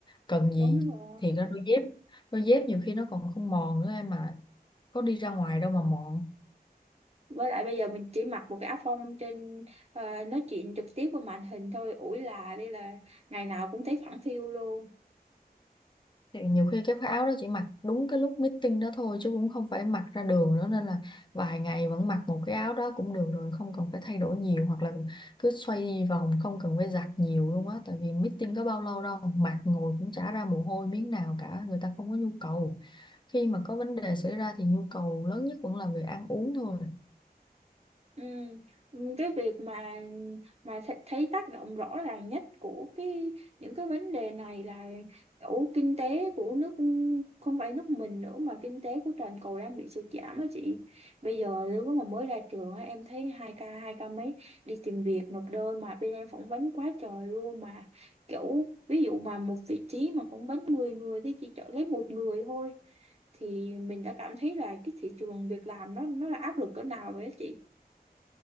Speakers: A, on the left; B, on the right.
A: Cần gì
B: đúng rồi
A: thì nó đôi dép, đôi dép nhiều khi nó còn không mòn nữa em mà có đi ra ngoài đâu mà mòn.
B: với lại bây giờ mình chỉ mặc một cái áo phông trên ờ, nói chuyện trực tiếp qua màn hình thôi ủi là đi là ngày nào cũng thấy phẳng phiu luôn
A: Thì nhiều khi cái áo đó chỉ mặc đúng cái lúc meeting đó thôi chứ cũng không phải mặc ra đường nữa nên là vài ngày vẫn mặc một cái áo đó cũng được rồi không cần phải thay đổi nhiều hoặc là cứ xoay vòng không cần phải giặt nhiều luôn á tại vì meeting có bao lâu đâu mặc ngồi cũng chả ra mồ hôi miếng nào cả người ta không có nhu cầu khi mà có vấn đề xảy ra thì nhu cầu lớn nhất vẫn là về ăn uống thôi
B: Ừ. Cái việc mà mà th- thấy tác động rõ ràng nhất của cái những cái vấn đề này là kiểu kinh tế của nước không phải nước mình nữa mà kinh tế của toàn cầu đang bị sụt giảm á chị bây giờ nếu mà mới ra trường á em thấy hai ca hai ca mấy đi tìm việc nộp đơn mà bên em phỏng vấn quá trời luôn mà kiểu ví dụ mà một vị trí mà phỏng vấn 10 người thì chỉ chọn lấy một người thôi thì mình đã cảm thấy là cái thị trường việc làm nó nó là áp lực cỡ nào rồi á chị